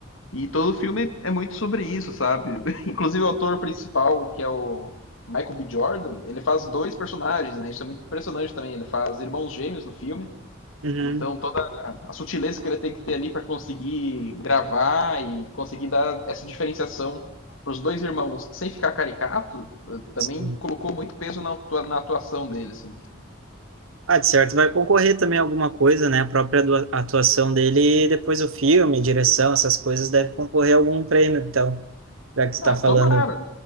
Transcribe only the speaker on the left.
E todo o filme é muito sobre isso, sabe? <laughs> Inclusive o ator principal, que é o Michael B. Jordan, ele faz dois personagens, né? Isso é muito impressionante também. Ele faz irmãos gêmeos no filme.
Então toda a sutileza que ele tem que ter ali para conseguir gravar e conseguir dar essa diferenciação para os dois irmãos sem ficar caricato, eh, também
colocou muito peso na, atua- na atuação dele, assim.
Ah,
tomara,